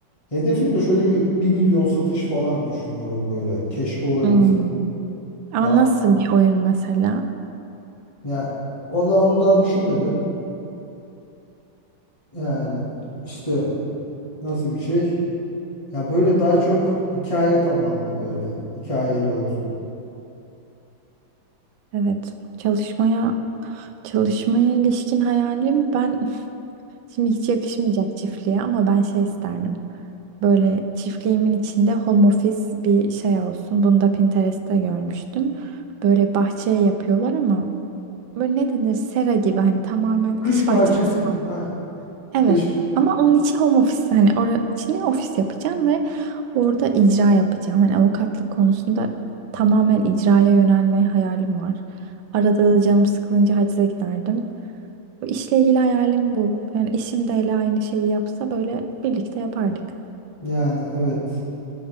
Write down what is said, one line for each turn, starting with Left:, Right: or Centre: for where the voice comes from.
Left: hedefim de şöyle bir 1 milyon satış falan düşünüyorum böyle. Keşke olabilse
Right: Hmm.
Left: falan.
Right: Ama
Left: Ya,
Right: nasıl bir oyun mesela?
Left: ya vallahi onu daha düşünmedim. Yani işte nasıl bir şey? Ya böyle daha çok hikaye tabanlı böyle. Hikayeli olsun.
Right: Evet. Çalışmaya çalışmaya ilişkin hayalim ben <laughs> şimdi hiç yakışmayacak çiftliğe ama ben şey isterdim. Böyle çiftliğimin içinde home office bir şey olsun. Bunu da Pinterest'te görmüştüm. Böyle bahçeye yapıyorlar ama böyle ne denir sera gibi hani tamamen kış
Left: Kış
Right: bahçesi
Left: bahçesi. Ha,
Right: Evet.
Left: kış.
Right: Ama onun için home office hani orası için ofis yapacağım ve orada icra yapacağım. Hani avukatlık konusunda tamamen icraya yönelme hayalim var. Arada da canım sıkılınca hacize giderdim. Bu işle ilgili hayalim bu. Yani eşim de hele aynı şeyi yapsa böyle birlikte yapardık.
Left: Yani evet.